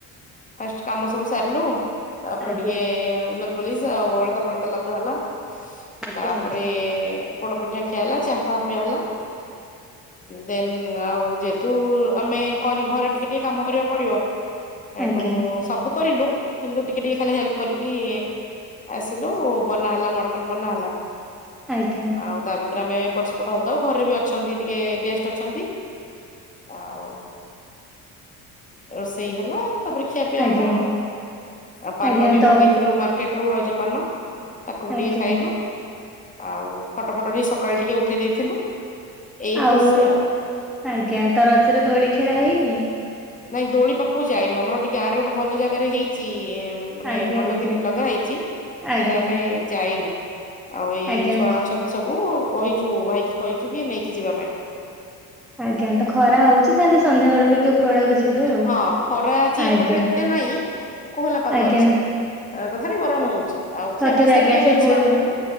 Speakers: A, on the left (about 15°); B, in the centre.
A: ଫାଷ୍ଟ୍ କାମ ସବୁ ସାରିଲୁ ତାପରେ
B: ଆଜ୍ଞା
A: ଟିକେ ପଲିସ୍ ଆଉ ଅଳତା ଫଳତା ଲଗା ହେଲା
B: ଆଜ୍ଞା
A: ତାପରେ ପୋଡ ପିଠା ଖିଆ ହେଲା ଚାହା ପିଆ ହେଲା। ଦେନ୍ ଆଉ ଯେହେତୁ ଆମେ କରି ଘରେ ଟିକେ ଟିକେ କାମ କରିବାକୁ ପଡିବ ସେଇଠୁ
B: ଆଜ୍ଞା
A: ସବୁ କରିନୁ କିନ୍ତୁ ଟିକେ ଟିକେ ଖାଲି ହେଲ୍ପ୍ କରିକି ଆସିଲୁ ବନାହେଲା ମଟନ୍ ବନାହେଲା।
B: ଆଜ୍ଞା
A: ଆଉ ତା ଭିତରେ ଆମେ ପଟ ସେପଟ ହଉଥାଉ ଘରେ ବି ଅଛନ୍ତି ଟିକେ ଗେଷ୍ଟ ଅଛନ୍ତି ଆଉ ରୋଷେଇ ହେଲା ତାପରେ ଖିଆପିଆ
B: ଆଜ୍ଞା
A: ହେଲା ଆଉ ଆଉ ପାନ
B: ଆଜ୍ଞା
A: ବି
B: ତ
A: ମଗେଇଥିଲୁ ମାର୍କେଟରୁ ରଜପାନ ତାକୁ ବି
B: ଆଜ୍ଞା
A: ଟିକେ ଖାଇଲୁ। ଆଉ ଫଟ ଫଟ ଟିକେ ସକାଳୁ ଟିକେ ଉଠେଇ ଦେଇଥିଲୁ। ଏଇ
B: ଆଉ
A: ଖୁସି
B: ଆଜ୍ଞା ତ ରଜରେ ଦୋଳି ଖେଳା ହେଇନି?
A: ନାଇଁ ଦୋଳି ପାଖକୁ ଯାଇନୁ ଆମର ଏଠି ଗାଁ ରେ ଗୋଟେ ଭଲ ଜାଗାରେ ହେଇଛି। ମାନେ
B: ଆଜ୍ଞା
A: ଭଲ
B: ଆଜ୍ଞା
A: କରିକି ଲଗା ହେଇଛି
B: ଆଜ୍ଞା
A: ହେଲେ ଆମେ ଯାଇନୁ। ଆଉ ଏଇ
B: ଆଜ୍ଞା
A: ଛୁଆ ଅଛନ୍ତି ସବୁ କହିଛୁ ଭାଇକି କହିଛୁ କି ନେଇକି ଯିବା ପାଇଁ।
B: ଆଜ୍ଞା ତ ଖରା ହଉଛି ତାହେଲେ ସନ୍ଧ୍ୟା ବେଳକୁ କି ଓପର ବେଳାକୁ ଯିବେ। ଆଉ
A: ହଁ ଖରା ଆଜି
B: ଆଜ୍ଞା
A: ଏପଟରେ ଏତେ ନାଇଁ କୋହଲା ପାଗ
B: ଆଜ୍ଞା
A: ଅଛି। ଏ ତଥାପି ଗରମ ହଉଛି। ଆଉ ଖିଆପିଆ
B: ସତରେ
A: ସାରିକି
B: ଆଜ୍ଞା
A: ଆଉ
B: ସେ
A: ଇଚ୍ଛା
B: ଗୁଳୁ
A: ହେଲାନି